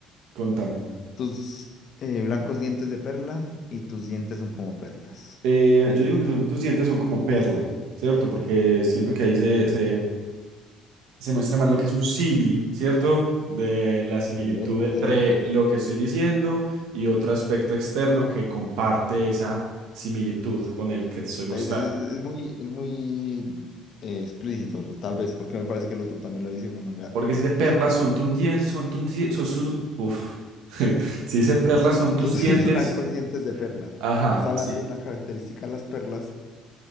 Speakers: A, on the right; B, on the left.
A: contame.
B: Tus eh, blancos dientes de perla y tus dientes son como perlas.
A: Eh, yo digo que son, tus dientes son como perla, ¿cierto? Porque siento que ahí se, se, se muestra más lo que es un símil, ¿cierto? De la similitud
B: Y Es muy
A: entre
B: directo.
A: lo que estoy diciendo y otro aspecto externo que comparte esa similitud con el que te estoy mostrando.
B: Pues, Es, es- es muy, es muy eh, explícito, lo- tal vez, porque me parece que el otro también lo dice de una manera
A: Porque si
B: explícita.
A: dice perlas
B: ¿no?
A: son tus dientes, son tus die- son tus- uf. <laughs> Si dice perlas son tus
B: Entonces,
A: dientes,
B: <laughs> blancos dientes de perla.
A: ajá,
B: Está hablando
A: sí,
B: de una característica de las perlas